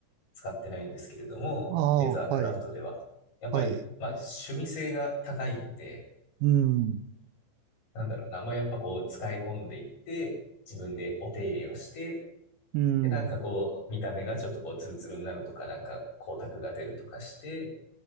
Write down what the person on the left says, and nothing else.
使ってないんですけれども、
レザークラフトでは。
やっぱり、
まあ趣味性が高いんで、
なんだろうな、まあやっぱこう使い込んでいって、自分でお手入れをして、
で、なんかこう見た目がちょっとこうツルツルになるとか、なんか光沢が出るとかして、